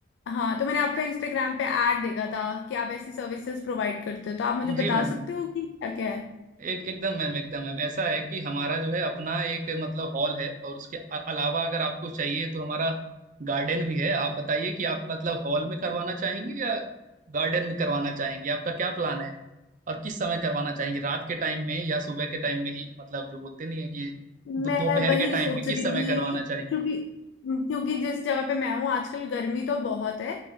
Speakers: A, on the left; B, on the right.
A: हाँ तो मैंने आपका इंस्टाग्राम पे ऐड देखा था कि आप ऐसी सर्विसेज प्रोवाइड करते हो तो आप मुझे
B: जी
A: बता
B: मैम
A: सकते हो कि क्या क्या है
B: एक एकदम मैम एकदम मैम ऐसा है कि हमारा जो है अपना एक मतलब हॉल है और उसके अ- अलावा अगर आपको चाहिए तो हमारा गार्डन भी है आप बताइए कि आप मतलब हॉल में करवाना चाहेंगे या गार्डन में करवाना चाहेंगे आपका क्या प्लान है और किस समय करवाना चाहेंगे रात के टाइम में या सुबह के टाइम में ही मतलब जो बोलते नहीं है कि दो-
A: मैं
B: दोपहर
A: वही
B: के टाइम
A: सोच
B: में किस
A: रही
B: समय
A: थी
B: करवाना चाहेंगे
A: क्योंकि क्योंकि जिस जगह पे मैं हूँ आजकल गर्मी तो बहुत है